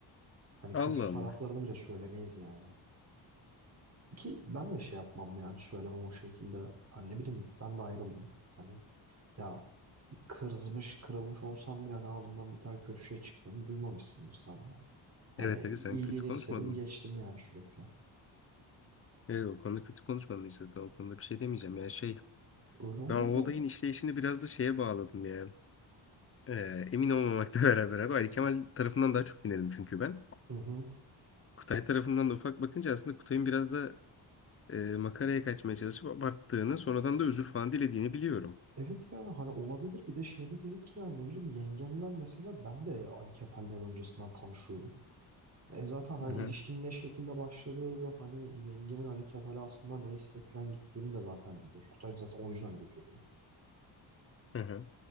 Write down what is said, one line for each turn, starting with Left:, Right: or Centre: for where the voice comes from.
Right: Hani
Left: Allah
Right: kötü taraflarını
Left: Allah.
Right: bile söylemeyiz yani. Ki ben de şey yapmam yani söylemem o şekilde. Hani ne bileyim ben de ayrıldım. Hani ya kızmış kırılmış olsam bile hani ağzımdan bir tane kötü şey çıktığını duymamışsındır sen de. Hani
Left: Evet Ali
Right: iyiliğini
Left: sen kötü konuşmadın
Right: istedim
Left: mı?
Right: geçtim yani sürekli.
Left: Evet o konuda kötü konuşmadın işte. Tamam, O konuda bir şey demeyeceğim. Yani şey
Right: Öyle olunca
Left: ben o olayın işleyişini biraz da şeye bağladım ya. Ee, emin olmamakla <laughs> beraber abi Ali Kemal tarafından daha çok dinledim çünkü ben.
Right: Hı hı.
Left: Kutay tarafından da ufak bakınca aslında Kutay'ın biraz da e, makaraya kaçmaya çalışıp abarttığını sonradan da özür falan dilediğini biliyorum.
Right: Evet yani hani olabilir bir de şey de değil ki yani ne bileyim yengemler mesela ben de Ali Kefal'den öncesinden tanışıyorum. E zaten hani
Left: Hı hı,
Right: ilişkinin ne şekilde başladığı ve hani yengemin Ali Kefal'e aslında ne isteklen gittiğini de zaten biliyoruz. Kutay da zaten o yüzden götürdü.
Left: hı hı.